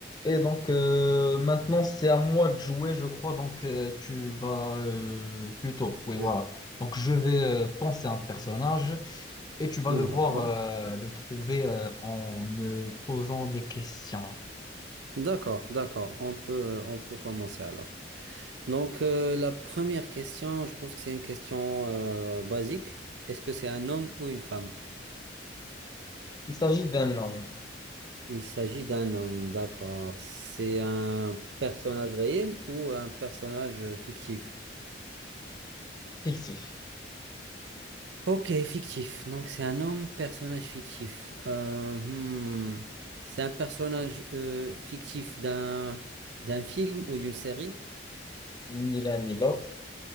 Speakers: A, on the left; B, on the right.
A: Et donc euh, maintenant c'est à moi de jouer, je crois. Donc euh, tu vas euh, plutôt. Oui,
B: Je-
A: voilà. Donc je vais euh, penser à un personnage et tu vas devoir
B: D'accord.
A: euh, le trouver euh, en me posant des questions.
B: D'accord, d'accord. On peut, on peut commencer alors. Donc, euh, la première question, je pense que c'est une question euh, basique. Est-ce que c'est un homme ou une femme?
A: Il s'agit d'un homme
B: Il s'agit d'un homme, d'accord. C'est un personnage réel ou un personnage euh, fictif?
A: fictif,
B: Ok, fictif. Donc, c'est un homme, personnage fictif. Euh, hmm. C'est un personnage euh, fictif d'un d'un film ou d'une série?
A: ni l'un ni l'autre.